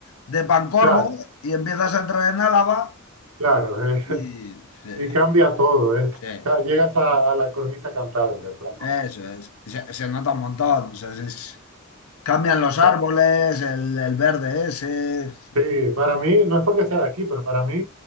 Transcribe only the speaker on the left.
de Pancorbo
y empiezas a entrar en Álava,
y
sí,
sí,
eso es. Se, se nota un montón, o sea, es- cambian los árboles,
el, el verde ese.